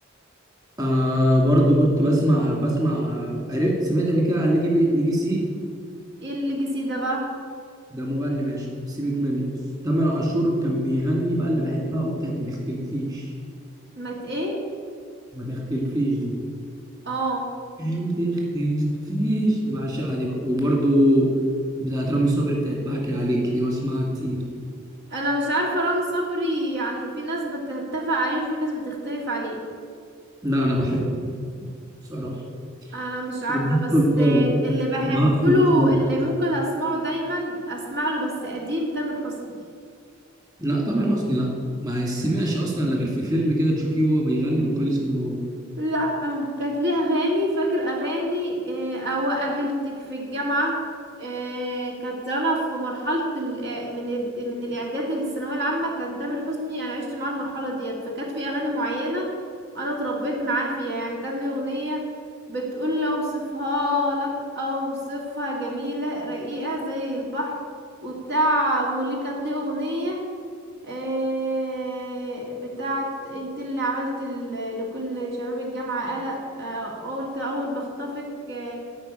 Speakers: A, on the right; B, on the right.
A: آه برضو كنت بسمع بسمع عرفت- سمعت قبل كده عن ليجي بي... ليجي سي
B: ايه الليجاسي ده بقى
A: ده مغني ماشي سيبك منه تامر عاشور كان بيغني بقى اللي بحبها وبتاعت ما تختلفيش
B: مت ايه
A: ما تختلفيش دي
B: اه
A: تخين فيش دي بعشقها دي بقى وبرضو بتاعت رامي صبري بتاعت بحكي عليك دي بسمعها كتير
B: انا مش عارفة رامي صبري يعني في ناس بتتفق عليه وفي ناس بتختلف عليه
A: لا انا بحبه بصراحه
B: انا مش عارفه
A: وبهاء
B: بس
A: سلطان
B: اللي بحب
A: وبهاء سلطان
B: له اللي ممكن اسمعه دايما اسمع له بس قديم تامر حسني
A: لا تامر حسني لا ما يسمعش اصلا لا غير في فيلم كده تشوفيه وهو بيغني وخلص الموضوع
B: لا كانت ليها اغاني فاكر اغاني آه، او قابلتك في الجامعه آه، كانت انا في مرحله ال- آه، من الابت- من الاعداد للثانويه العامه كان تامر حسني انا عشت معاه المرحله ديت فكانت في اغاني معينه انا اتربيت معاه فيها يعني كان لي اغنيه بتقول لو اوصفها لك اوصفها جميله رقيقه زي البحر وبتاع وليه كانت ليه اغنيه آه، بتاعت انت اللي عملت ال- لكل شباب الجامعة قلق آه، قلت اول ما اخطفك آه،